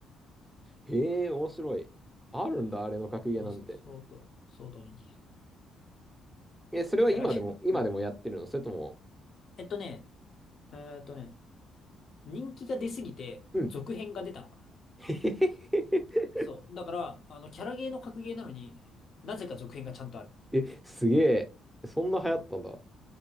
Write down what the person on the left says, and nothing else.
もう、
もうそ、相当、相当人気。
キャラゲー、
<laughs> うん。えっとね、えーっとね、人気が出すぎて、
続編が出たのかな。
そう。だから、あの、キャラゲーの格ゲーなのに、なぜか続編がちゃんとある。
そう